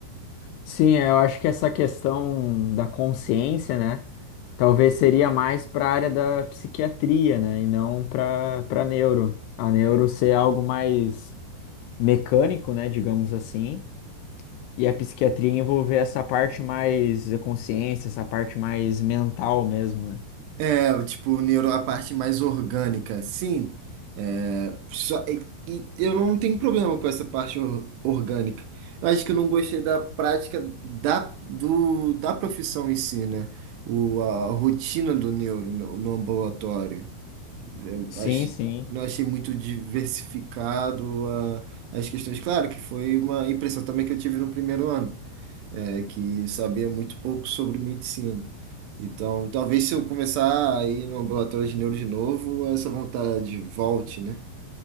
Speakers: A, on the left (about 80°); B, on the right (about 75°).
A: Sim, é, eu acho que essa questão da consciência, né? Talvez seria mais para a área da psiquiatria, né? E não para para neuro. A neuro ser algo mais mecânico, né? Digamos assim. E a psiquiatria envolver essa parte mais da consciência, essa parte mais mental mesmo, né?
B: É, tipo, neuro, a parte mais orgânica, sim. É, só, e, e eu não tenho problema com essa parte or- orgânica. Eu acho que eu não gostei da prática da, do, da profissão em si, né? O, a rotina do neuro no, no ambulatório.
A: Sim,
B: Ach-
A: sim.
B: não achei muito diversificado a- as questões. Claro que foi uma impressão também que eu tive no primeiro ano é, que sabia muito pouco sobre medicina. Então, talvez se eu começar a ir no ambulatório de neuro de novo, essa vontade volte, né?